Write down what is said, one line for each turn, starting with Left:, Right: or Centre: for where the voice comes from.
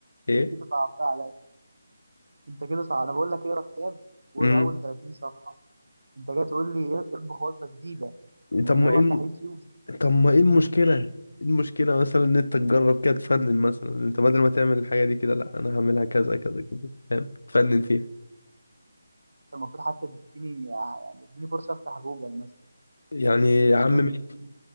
Left: ايه
Right: كده صعبتها عليا أنت كده صعب أنا بقول لك اقرا كتاب واقرا
Left: امم
Right: أول 30 صفحة أنت جاي تقول لي إيه اطبخ وجبة جديدة ومن
Left: طب ما
Right: غير ما
Left: ايه
Right: أفتح يوتيوب
Left: طب ما ايه المشكلة ايه المشكلة مثلا ان انت تجرب كده تفنن مثلا انت بدل ما تعمل الحاجة دي كده لا انا هعملها كذا كذا كذا فاهم تفنن فيها
Right: المفروض حتى تديني يعني اديني فرصة أفتح جوجل مثلا
Left: يعني
Right: مش
Left: يا عم
Right: لازم
Left: ماشي،
Right: يوتيوب